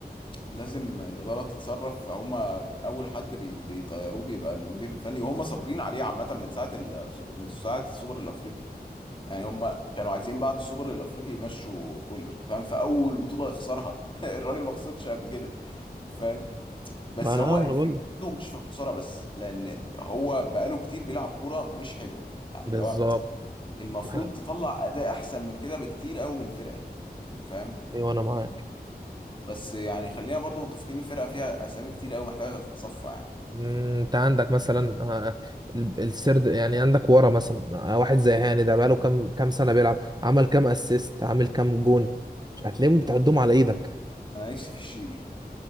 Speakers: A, on the left; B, on the right.
A: لازم الاداره تتصرف فهم اول حد بي بيطيروه بيبقى المدير الفني وهم صابرين عليه عامه من ساعه ال... من ساعه السوبر الافريقي يعني هم كانوا عايزين بعد السوبر الافريقي يمشوا كولر فاهم في اول بطوله يخسرها <laughs> الراجل ما خسرش قبل كده فاهم؟ بس
B: ما انا
A: هو الفكره
B: ما انا بقول لك
A: برضه مش في الخساره بس لان هو بقاله كتير بيلعب كوره مش حلوه يعني
B: بالظبط
A: اللي هو المفروض
B: واحنا
A: تطلع اداء احسن من كده بكتير قوي من الفرقه فاهم
B: ايوه انا معاك
A: بس يعني خلينا برضه متفقين الفرقه فيها اسامي كتير قوي محتاجه تتصفى يعني
B: مم، انت عندك مثلا آه، ال- السرد يعني عندك ورا مثلا آه، واحد زي هاني ده بقاله كام كام سنه بيلعب عمل كام اسيست عامل كام جون مش هتلاقيهم بتعدهم على ايدك
A: انا نفسي في الشيبي